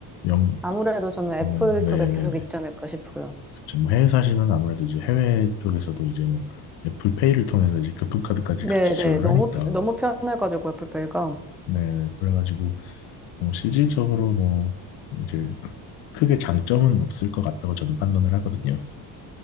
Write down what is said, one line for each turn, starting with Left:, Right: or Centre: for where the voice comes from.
Left: 영,
Centre: 아무래도 저는
Left: 뭐
Centre: 애플
Left: 네네네.
Centre: 쪽에 계속 있지 않을까 싶어요.
Left: 그쵸. 뭐 해외 사시면 아무래도 이제 해외 쪽에서도 이제 뭐 애플페이를 통해서 이제 교통카드까지
Centre: 네네.
Left: 같이 지원을
Centre: 너무,
Left: 하니까
Centre: 편- 너무 편해가지고 애플페이가.
Left: 네네. 그래가지고 뭐 실질적으로 뭐 이제 크게 장점은 없을 것 같다고 저는 판단을 하거든요.